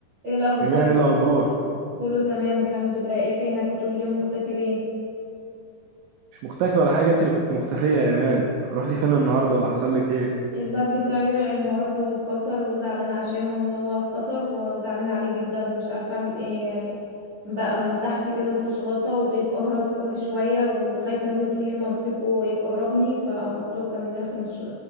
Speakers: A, on the right; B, on the right.
A: ايه الاخبار
B: إيمان الأخبار
A: كله تمام الحمد لله ايه فينك كنت طول اليوم مختفي ليه
B: مش مختفي ولا حاجة أنت اللي كنت مختفية يا إيمان رحتي فين النهاردة ولا حصل لك إيه
A: اللاب بتاعي وقع النهارده واتكسر وزعلانه عشانه ان هو اتكسر وزعلانه عليه جدا ومش عارفه اعمل ايه يعني بقى من تحت كده مفيش غطا وبيكهرب كل شويه وخايفه منه طول اليوم امسكه يكهربني فالموضوع كان رخم مش